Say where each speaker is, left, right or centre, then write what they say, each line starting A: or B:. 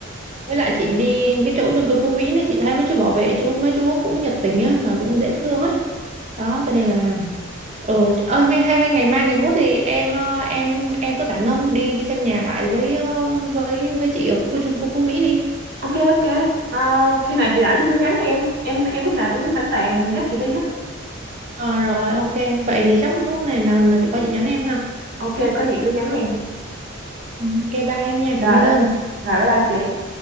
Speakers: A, on the right (about 30°); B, on the right (about 50°).
A: với lại chị đi cái chỗ chung cư Phú Mỹ thì chị thấy mấy chú bảo vệ chú mấy chú cũng nhiệt tình á mà cũng dễ thương á đó cho nên là Ừ, ơi ngay hay hay ngày mai ngày mốt thì em ờ, em em có rảnh không đi đi xem nhà lại với ờ, với với chị ở khu chung cư Phú Mỹ đi.
B: Ok ok à, Khi nào chị rảnh thì cứ nhắn em Em em lúc nào cũng sẵn sàng dắt chị đi hết
A: Ờ rồi ok, vậy thì chắc lúc này nào là chị qua chị nhắn em ha.
B: Ok có gì cứ nhắn em
A: Ừ, Ok bye em nha,
B: Rồi
A: cảm ơn.
B: bye, rồi, bye bye chị